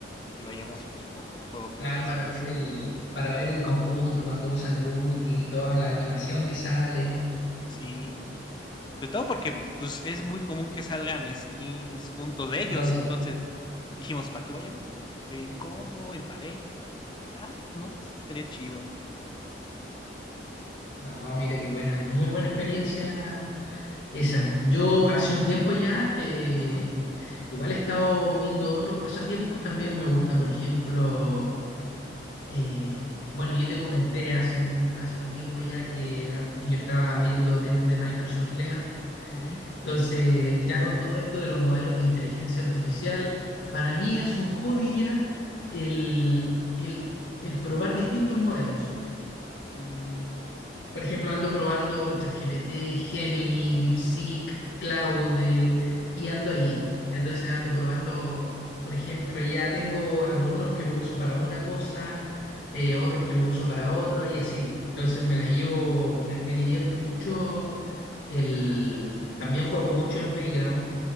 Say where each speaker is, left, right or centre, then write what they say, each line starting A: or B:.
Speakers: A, on the left; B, on the left.
A: y vayamos jus- con- a juego con
B: Claro,
A: las skins.
B: para ver el, para ver el conjunto cuando usan el ulti y toda la animación que sale
A: Sí, Sobre todo porque pues, es muy común que salgan skins juntos de ellos.
B: y todo eso.
A: Entonces dijimos, para que vayamos en, en combo, en pareja. Y yo así de, ay, no, pues sí, estaría chido.
B: No, mira qué buena, muy buena experiencia esa. Yo hace un tiempo ya, eh,
A: Ujú,
B: igual he estado viendo otros pasatiempos, también me gusta, por ejemplo. Eh, bueno, yo te comenté hace un, hace un tiempo ya que ah, yo estaba viendo temas de Microsoft Learn.
A: ujú,
B: Entonces, ya con todo esto de los modelos de inteligencia artificial, para mí es un hobby ya el, el- el probar distintos modelos.
A: mm,
B: Por ejemplo, ando probando ChatGPT, Gemini, DeepSeek, Claude y ando ahí. Entonces ando
A: ujú,
B: probando, por ejemplo, ya tengo algunos que lo uso para una cosa, eh, otros que lo uso para otra y así. Entonces me la llevo, me, me divierte mucho el... También juego mucho en Playground.